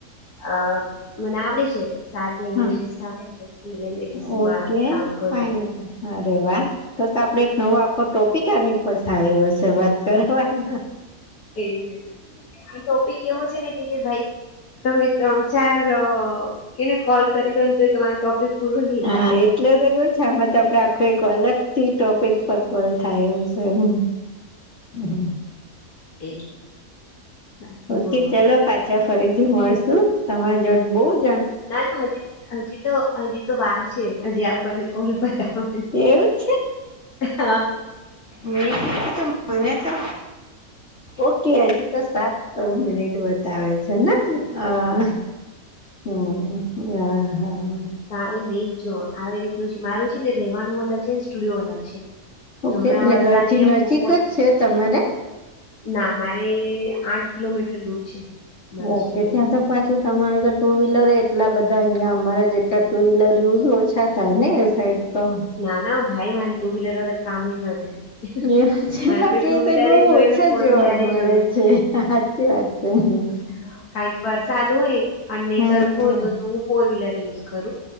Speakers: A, on the left; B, on the left.
A: આ મને આવડે છે. સાત લેંગ્વેજસ
B: હા
A: સાંભળે છે એ લેંગ્વેજીસમાં
B: ઓકે
A: કામ કરવું.
B: ફાઈન અરે વાહ તો તો આપડે એક નવો આખો ટોપિક આની પણ થાય એવો છે, વાત કરવાનો
A: એ આ ટોપિક એવો છે ને ભાઈ તમે ત્રણ ચાર કેને કોલ કરી દોને તો તમારો ટોપિક પૂરો નહી
B: હા
A: થાય
B: એટલે તો ગ છે આમાં તો આપડે આખું એક અલગ થી ટોપિક પરલ થાય એવું છે. સ હમ હ હ
A: એજ બાકી
B: ઓકે
A: બોલો
B: ચલો પાછી. અચ્છા ફરીથી મળશું તમારા જોડ બો બધું
A: ના ના હજી હજી તો હજી તો વાર છે હજી આપણને કોલ બતા
B: એવું
A: હ
B: મે ક તો મને તો ઓકે હજી તો સાત મિનિટ બાકી તા આવે છે ને હા. હમ્મ, હા, હા, હા.
A: ના ઈ નઈ જોવે આવી રીતનું છે મારું છે ને રેવાનું અલગ છે ને સ્ટુડિયો અલગ છે.
B: ઓકે
A: તો હમણાં
B: એટલે
A: વરસાદ
B: ઘરથી
A: અહિયાં
B: નજીક
A: બહુ
B: જ છે તમારે
A: ના મારે આઠ કિલોમીટર દૂર છે. મારો
B: ઓકે
A: સ્ટુડિયો
B: ત્યા તો, પાછું તમારે તો ટુ વ્હીલર એટલા બધા અહિયા અમારે જેટલા ટુ વ્હીલર યુઝ ઓછા, થાય ને એ સાઈડ તો.
A: ના ના ભાઈ મારે ટુ વ્હીલર વગર કામ જ ના થાય.
B: એવું છે
A: મને
B: બાકી
A: તો ટુ
B: એ
A: વ્હીલરે
B: સાઈડ બહુ
A: જોએ
B: ઓછા
A: ને ફોર
B: જોવા
A: વ્હીલરે
B: મળે
A: જોઈએ.
B: છે સાચી વાત હમ,
A: હા કારણ કે વરસાદ હોય અને
B: હમ
A: તડકો હોય તો તો હું ફોર વ્હીલર યુઝ કરું.